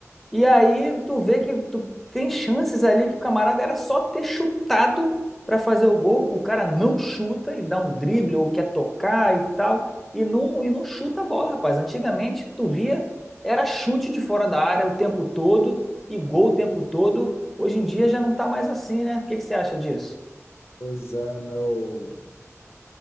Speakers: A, in the centre; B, on the left.
A: E aí tu vê que tu tem chances ali que o camarada era só ter chutado para fazer o gol, o cara não chuta e dá um drible ou quer tocar e tal, e não, e não chuta a bola, rapaz. Antigamente tu via era chute de fora da área o tempo todo e gol o tempo todo. Hoje em dia já não tá mais assim, né? O que que você acha disso?
B: Pois é, meu.